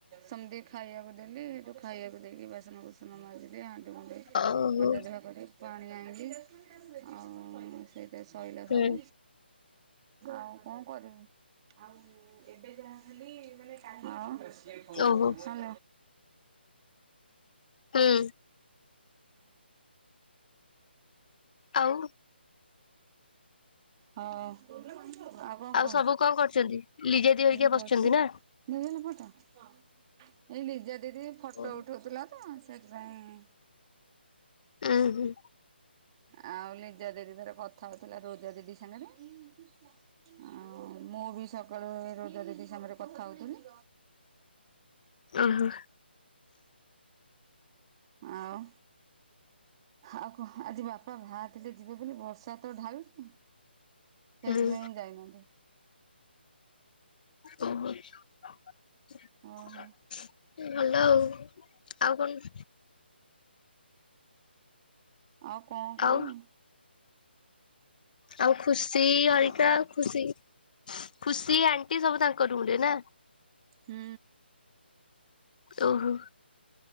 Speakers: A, on the right; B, on the left.
A: ସମତିକି ଖାଇଆକୁ ଦେଲି ହେଇଠୁ ଖାଇବାକୁ ଦେଇକି ବାସନ କୁସନ ମାଜିଲି ହା ଣ୍ଡି କୁଣ୍ଡେଇ
B: ଓହୋ
A: ମଜା ଧୁଆ କରିକି ପାଣି ଆଇଁଲି ଆଉ ସେ ସେ ଶଇଲା
B: ହୁଁ
A: ସବୁ ଆଉ କଣ କରିବୁ ଆଉ ଏବେ ଯାହା ହେଲି ମାନେ <unintelligible> ଆଉ ହାଲୋ।
B: ଓହୋ ହୁଁ ଆଉ
A: ହଁ। ହଁ। ଆଉ କଣ କୁହ
B: ସବୁ କଣ କରୁଛନ୍ତି ଲିଜେଦି ହରିକା
A: ମୁଁ
B: ବସିଛନ୍ତି
A: ବସିଛି
B: ନା?
A: ନେଇଗଲା ପଟା! ଏଇ ଲିଜା ଦିଦି ଫଟୋ
B: ଉଁ
A: ଉଠଉଥିଲା ତ! ସେଇଥିପାଇଁ
B: ଉଁ ହୁଁ।
A: ଆଉ ଲିଜା ଦିଦି ତାର କଥା ହଉଥିଲା ରୋଜା ଦିଦି ସାଙ୍ଗରେ ଆଉ ମୁଁ ବି ସକାଳୁ ଏଇ ରୋଜା ଦିଦି ସାଙ୍ଗରେ କଥା ହଉଥିଲି।
B: ଓ ହୋ।
A: ଆଉ? ଆଉ କୁହ ଆଜି ବାପା ଭାରି ଥିଲେ ଯିବେ ବୋଲି ବର୍ଷା ତ ଢାଳୁଛି। ସେଇଥିପାଇଁ
B: ହୁଁ
A: ଯାଇନାହାନ୍ତି।
B: <unintelligible>
A: ଓହୋ
B: ଭଲ ଆଉ ଆଉ କଣ
A: ଆଉ କଣ କଇବି?
B: ଆଉ ଆଉ ଖୁସି
A: ହଁ
B: ହରିକା
A: କହ
B: ଖୁସି ଖୁସି ଆଣ୍ଟି ସବୁ ତାଙ୍କ ରୁମରେ ନା!
A: ହୁଁ।
B: ଓହୋ।